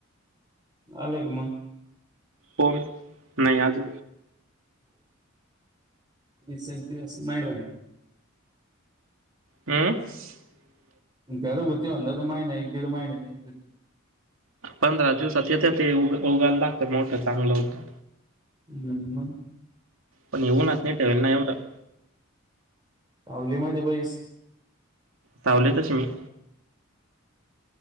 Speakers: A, on the right; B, on the right.
A: अलेक मग
B: पण नाहीयाज
A: ्ंचु अस महिला
B: ह
A: घर होती म्हणलं तर महिने एक दीड महिने नाही
B: पंधरा दिवसात येते ते उ उगायला लागत मोठं चांगलं उगा
A: हम्
B: पण येऊनच नाही ठेवल नाही एवढं
A: पावलीमध्येध्ये पैस
B: सावले तशी मी